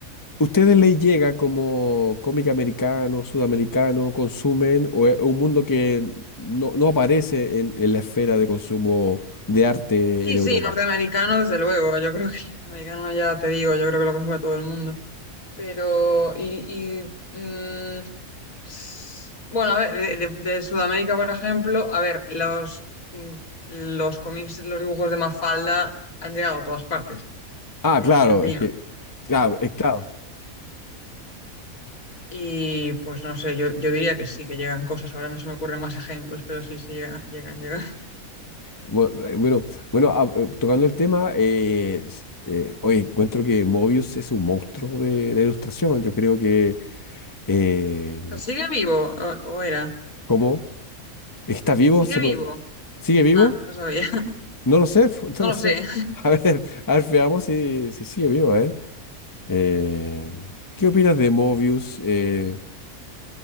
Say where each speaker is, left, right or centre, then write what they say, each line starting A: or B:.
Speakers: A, on the left (about 15°); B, on the left (about 70°).
A: ¿ustedes les llega como cómic americano, sudamericano, consumen o es un mundo que no, no aparece en, en la esfera de consumo de arte
B: Sí,
A: en Europa?
B: sí, norteamericano, desde luego. Yo creo que el norteamericano ya te digo, yo creo que lo consume todo el mundo. Pero, y, y, mm, s- bueno, a ver, de, de- de Sudamérica, por ejemplo, a ver, los, mm, los cómics, los dibujos de Mafalda han llegado a todas partes,
A: Ah,
B: por
A: claro,
B: Argentina.
A: es que, claro, es claro.
B: Y pues no sé, yo, yo diría que sí, que llegan cosas. Ahora no se me ocurren más ejemplos, pero sí, sí, llegan, llegan, llegan.
A: Bu- eh, Bueno, bueno, ah, eh, tocando el tema, eh, s- eh, oye, encuentro que Mobius es un monstruo de la ilustración. Yo creo que, eh,
B: <laughs> ¿Sigue vivo? ¿O, o era?
A: ¿cómo? ¿Está vivo?
B: ¿Sigue
A: ¿Se
B: vivo?
A: mo- ¿Sigue vivo?
B: Ah, no sabía. <laughs>
A: No lo sé, <laughs>
B: No
A: no lo
B: lo
A: sé.
B: sé.
A: A ver, a ver, veamos si, si sigue vivo. A ver, Eh, ¿qué opinas de Mobius? Eh,